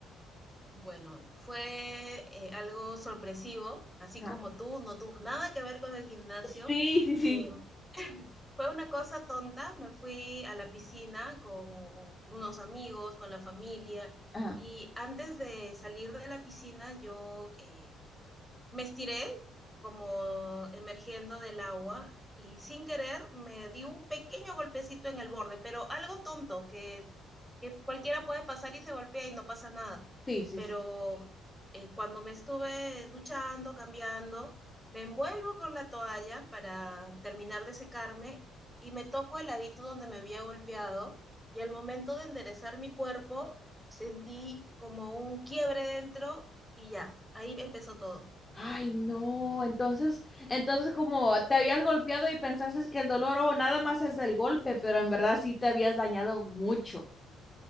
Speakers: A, in the centre; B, on the left.
A: Bueno, fue eh, algo sorpresivo, así
B: Ajá,
A: como tú, no tuvo nada que ver con el gimnasio.
B: Sí, sí, sí.
A: Eh, <laughs> fue una cosa tonta, me fui a la piscina con unos amigos, con la familia,
B: ajá.
A: y antes de salir de la piscina yo eh, me estiré como emergiendo del agua y sin querer me di un pequeño golpecito en el borde, pero algo tonto que, que cualquiera puede pasar y se golpea y no pasa nada.
B: Sí, sí,
A: Pero
B: sí.
A: eh, cuando me estuve duchando, cambiando, me envuelvo con la toalla para terminar de secarme y me toco el ladito donde me había golpeado y al momento de enderezar mi cuerpo sentí como un quiebre dentro y ya, ahí empezó todo.
B: Ay, no, entonces, entonces como te habías golpeado y pensaste que el dolor o nada más es del golpe, pero en verdad sí te habías dañado mucho.